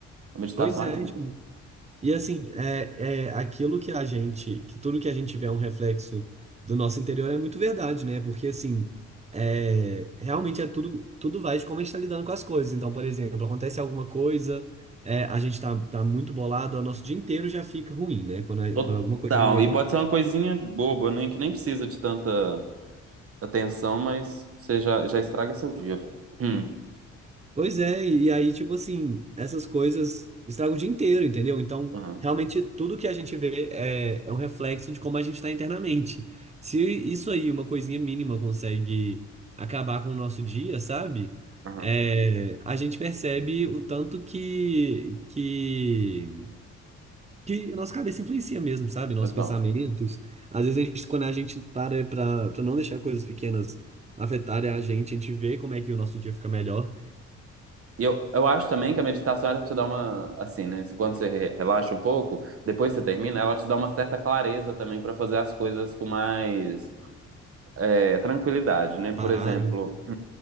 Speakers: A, on the right; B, on the right.
A: a meditação
B: pois é,
A: ajuda.
B: tipo, e assim, é, é aquilo que a gente, que tudo que a gente vê é um reflexo do nosso interior é muito verdade, né? Porque assim, é, realmente é tudo, tudo vai de como a gente está lidando com as coisas. Então, por exemplo, acontece alguma coisa, é, a gente tá, tá muito bolado, o nosso dia inteiro já fica ruim, né? Quando, a-
A: Total.
B: quando alguma coisa ruim
A: E pode ser uma coisinha boba, né? Que nem precisa de tanta atenção, mas você já, já estraga seu dia, velho. Hum.
B: Pois é, e aí, tipo assim, essas coisas estragam o dia inteiro, entendeu? Então,
A: Aham,
B: realmente, tudo que a gente vê é, é um reflexo de como a gente está internamente. Se isso aí, uma coisinha mínima, consegue acabar com o nosso dia, sabe?
A: aham.
B: É, a gente percebe o tanto que, que, que a nossa cabeça influencia mesmo, sabe? Nossos
A: Total.
B: pensamentos. Às vezes, a gente, quando a gente para pra, pra não deixar coisas pequenas afetarem a gente, a gente vê como é que o nosso dia fica melhor,
A: E eu, eu acho também que a meditação ela te dá uma. Assim, né? Quando você re- relaxa um pouco, depois você termina, ela te dá uma certa clareza também pra fazer as coisas com mais é, tranquilidade, né? Por
B: parado.
A: exemplo.